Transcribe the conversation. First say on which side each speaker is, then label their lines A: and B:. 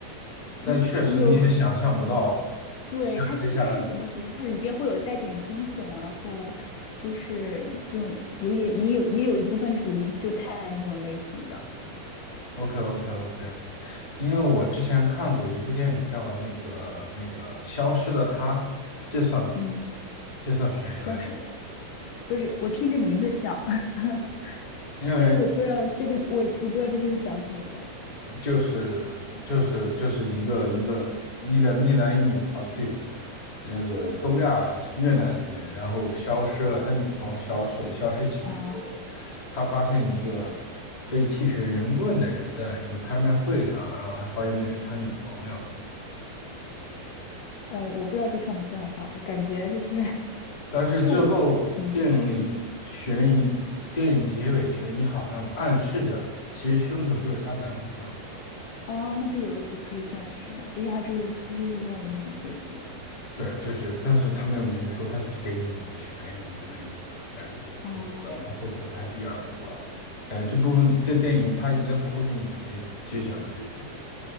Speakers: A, on the left (about 45°); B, on the left (about 75°).
A: 但确实你也想象不到
B: 也有，对，它就是怎么属于它里边会有带点惊悚，
A: 接下来的
B: 然后就是这种有点也有也有一部分属于就探案这种类型的，
A: OK OK OK，因为我之前看过一部电影叫那个那个《消失的她》，这算吗？
B: 嗯，
A: 这算悬疑类吗
B: 消失。的。不是，我听着名字像，<laughs>
A: 因为
B: 但是我不知道这个，我我不知道这个是讲什么的
A: 就是就是就是一个一个一男一男一女跑去那个东亚越南那边，然后消失了，他女朋友消失了，消失几年之后，
B: 啊。
A: 他发现一个被剃成人棍的人在一个拍卖会上，然后他发现那是他女朋友，
B: 呃，我不知道这算不算法，我感觉就是 <laughs>
A: 但是最后电影里悬疑，
B: 就是我，嗯，
A: 电影结尾悬疑好像暗示着其实凶手就是她男朋友。
B: 哦，那这有也可以算是，就是它就是出乎意料的那种结局。
A: 对，就是，但是他没有明说，他只给你一个悬疑的那种感觉。
B: 哦，
A: 我不知道他会不会拍第二部吧？感觉这部分这电影他应该不会给你直接揭晓结局的